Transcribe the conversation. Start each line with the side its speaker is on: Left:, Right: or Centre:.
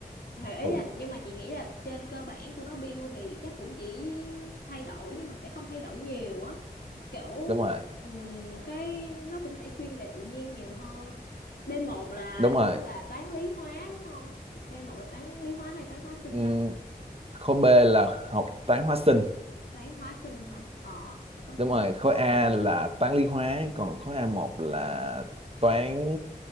Left: thì ý
Right: Ừ,
Left: là nhưng mà chị nghĩ là trên cơ bản của nó build thì chắc cũng chỉ thay đổi nhưng mà sẽ không thay đổi nhiều á kiểu
Right: đúng rồi,
Left: ừm, cái nó cũng sẽ chuyên về tự nhiên nhiều hơn b một là
Right: đúng
Left: nó
Right: rồi.
Left: là toán lý hóa đúng không b một là toán lý hóa hay toán hóa sinh
Right: Ừm,
Left: ta
Right: khối B là học toán hóa sinh,
Left: toán hóa sinh hả ờ có sinh
Right: đúng rồi
Left: thì
Right: khối
Left: cũng lọt
Right: A
Left: thêm
Right: là toán lý hóa còn khối a một là toán